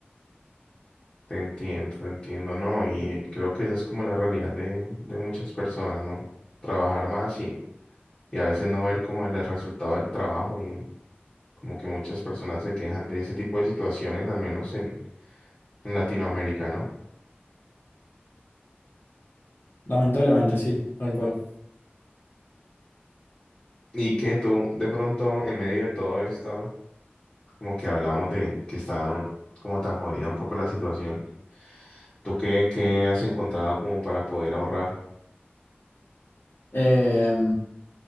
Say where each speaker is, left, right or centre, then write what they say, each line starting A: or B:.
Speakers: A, on the left; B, on the left.
A: Te entiendo, te entiendo, ¿no? Y creo que esa es como la realidad de, de muchas personas, ¿no? Trabajar más, y y a veces no ver como el resultado del trabajo y como que muchas personas se quejan de ese tipo de situaciones, al menos en, en Latinoamérica, ¿no?
B: Lamentablemente, sí, tal cual.
A: Y que tú de pronto en medio de todo esto, como que hablamos de que está como tan jodida un poco la situación, ¿tú qué, qué has encontrado como para poder ahorrar?
B: Eh,